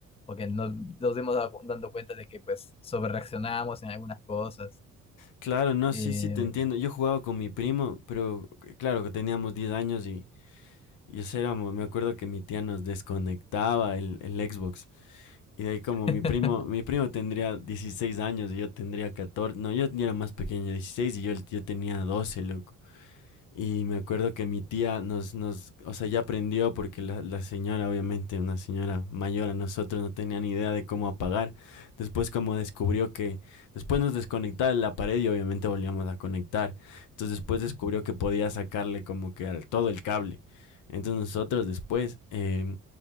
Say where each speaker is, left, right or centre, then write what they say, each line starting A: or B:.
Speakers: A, on the left; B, on the left.
A: Porque nos, nos dimos da- dando cuenta de que pues sobrereaccionábamos en algunas cosas.
B: Claro, no,
A: Eh,
B: sí, sí, te entiendo. Yo jugaba con mi primo, pero eh, claro que teníamos 10 años y, y eso éramos, me acuerdo que mi tía nos desconectaba el, el Xbox. Y de ahí como
A: <laughs>
B: mi primo, mi primo tendría 16 años y yo tendría 14, no, yo ya era más pequeño, 16 y yo, yo tenía doce loco. Y me acuerdo que mi tía nos, nos o sea, ya aprendió porque la, la señora, obviamente, una señora mayor a nosotros, no tenía ni idea de cómo apagar. Después como descubrió que, después nos desconectaba de la pared y obviamente volvíamos a conectar. Entonces después descubrió que podía sacarle como que al, todo el cable. Entonces nosotros después, eh,